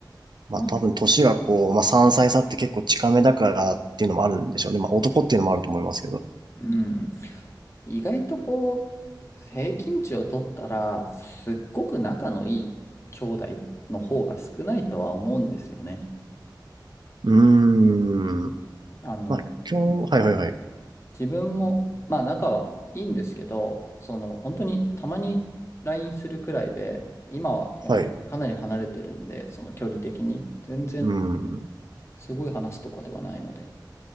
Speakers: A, on the right; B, on the left.
A: まあ、
B: まあ、
A: 多分年がこう、まあ、3歳差って結構近めだからっていうのもあるんでしょうね。まあ、男っていうのもあると思いますけど。
B: うん。意外とこう、平均値を取ったら、すっごく仲のいい兄弟の方が少ないとは思うんですよね。
A: うー
B: あの、
A: まあ、今日、はいはいはい。
B: 自分も、まあ仲はいいんですけど、その、本当にたまに LINE するくらいで、今はやっぱりかなり離れてるんで、
A: はい。
B: その距離的に、全然
A: うん。うん
B: すごい話すとかではないので。